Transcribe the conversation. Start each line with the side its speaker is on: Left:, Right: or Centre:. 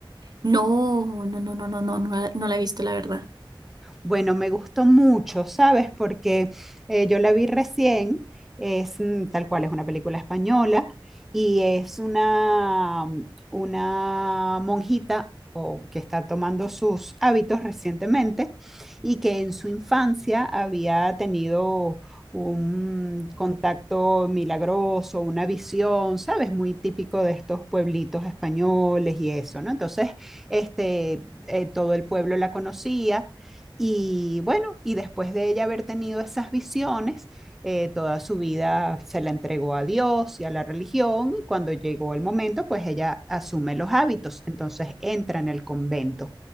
Right: No, no, no, no, no, no, no, la no la he visto, la verdad.
Centre: Bueno, me gustó mucho, ¿sabes? Porque eh, yo la vi recién, es mm, tal cual, es una película española y es una, una monjita o que está tomando sus hábitos recientemente y que en su infancia había tenido un contacto milagroso, una visión, ¿sabes? Muy típico de estos pueblitos españoles y eso, ¿no? Entonces, este, eh, todo el pueblo la conocía y bueno, y después de ella haber tenido esas visiones, eh, toda su vida se la entregó a Dios y a la religión, y cuando llegó el momento, pues ella asume los hábitos, entonces entra en el convento.